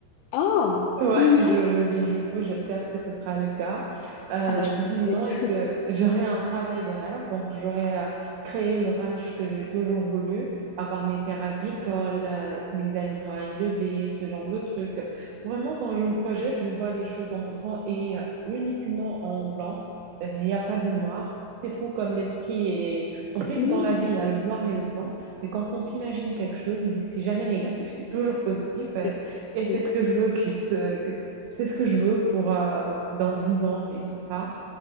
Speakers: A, on the left (about 85°); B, on the right (about 85°).
A: Oh,
B: Ouais,
A: trop mignon.
B: je me dis du mot, j'espère que ce sera le cas euh,
A: Ah bah, je
B: d'ici
A: te le
B: 10 ans
A: souhaite.
B: et que
A: <laughs>
B: j'aurai un travail de rêve. Donc, j'aurai euh, créé le ranch que j'ai toujours voulu, avoir mes terres agricoles, euh, mes animaux à élever, ce genre de trucs. Vraiment, quand je me projette, je vois les choses en grand et euh, uniquement en blanc. Euh, Il n'y a pas de noir. C'est fou comme l'esprit est... On sait
A: Mmh,
B: que dans la vie, il y a le noir et le blanc, mais quand on s'imagine quelque chose, il- c'est jamais négatif, c'est toujours positif. Euh,
A: c'est vrai,
B: et c'est
A: c'est vrai.
B: ce que je veux qu'il se... que- C'est ce que je veux pour euh, dans 10 ans et tout ça.